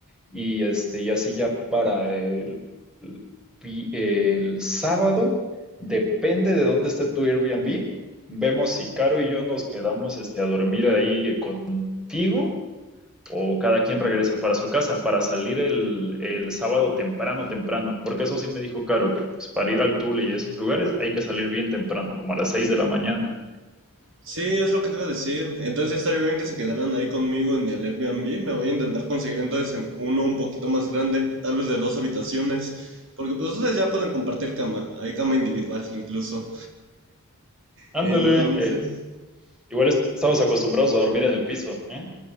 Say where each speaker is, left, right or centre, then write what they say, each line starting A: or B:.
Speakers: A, in the centre; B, on the right.
A: Y este, y así ya para el, el vi- el sábado, depende de dónde esté tu Airbnb vemos si Caro y yo nos quedamos este, a dormir ahí eh, contigo o cada quien regresa para su casa para salir el, el sábado temprano, temprano. Porque eso sí me dijo Caro, que pues, para ir al Tule y esos lugares hay que salir bien temprano, como a las seis de la mañana.
B: Sí, es lo que te iba a decir. Entonces sí estaría bien que se quedaran ahí conmigo en el Airbnb. Me voy a intentar conseguir entonces em- uno un poquito más grande, tal vez de dos habitaciones, porque pues ustedes ya pueden compartir cama, hay cama individual incluso.
A: Ándale,
B: Entonces...
A: eh, igual estamos acostumbrados a dormir en el piso, ¿eh?